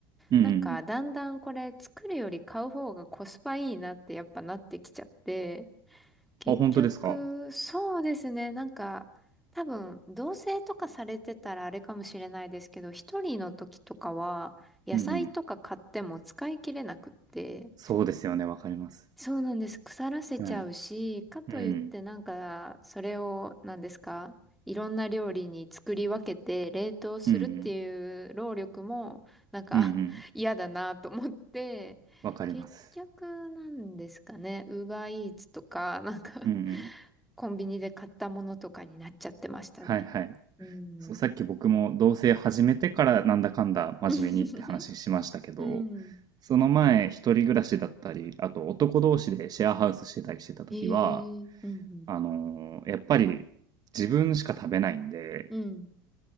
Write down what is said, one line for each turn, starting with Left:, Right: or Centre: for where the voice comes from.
Right: うんうんう
Centre: なんかだんだんこれ作るより買う方がコスパいいなってやっぱなってきちゃって、結局、
Right: ん。あ、本当ですか
Centre: そうですね。なんか、多分、同棲とかされてたらあれかもしれないですけど、一人の時とかは、野菜とか買っても使い切れなくって、
Right: うんうん。そうですよね、わかります。
Centre: そうなんです。腐らせちゃうし、
Right: はい。
Centre: かといってなんか、
Right: うん。
Centre: それを、なんですか、いろんな料理に作り分けて冷凍するっていう労力も、
Right: うんうん。
Centre: なんか
Right: うんうん。
Centre: <laughs> 嫌だなと思って、
Right: わかります。
Centre: 結局なんですかね、ウーバーイーツとか、なんか
Right: うんうん。
Centre: コンビニで買ったものとかになっちゃってましたね。
Right: はいはい。
Centre: うん。
Right: そう、さっき僕も同棲始めてからなんだかんだ真面目にって話しましたけど、
Centre: <laughs> うん。
Right: その前一人暮らしだったり、あと男同士でシェアハウスしてたりしてた時は、
Centre: <laughs> ええうん
Right: あのーやっぱり自分しか食べないんで、
Centre: うん。